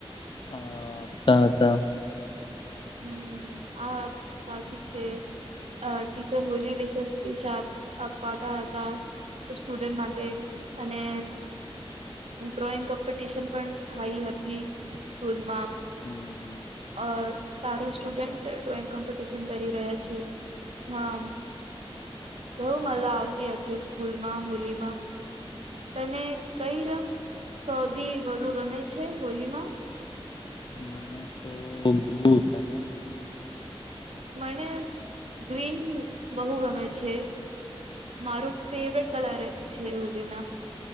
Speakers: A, on the left (about 50°); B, on the right (about 80°).
A: આપતા હતા.
B: હમ્મ આ સાચી છે ટીચર હોલી વિશે સ્પીચ આ અપાતા હતા સ્ટુડન્ટ માટે અને ડ્રોઈંગ કોમ્પિટિશન પણ થઇ હતી સ્કૂલમાં.
A: હમ્મ.
B: અ સારું સ્ટુડન્ટ ડ્રોઈંગ કોમ્પિટિશન કરી રહ્યા છે હા બહુ મજા આવતી હતી સ્કૂલમાં હોલીમાં. તને કઈ રંગ સોધી વધુ ગમે છે હોલીમાં.
A: મને તો બ્લુ ત ને.
B: મને ગ્રીન બહુ ગમે છે. મારું ફેવરેટ કલર છે હોલી મે.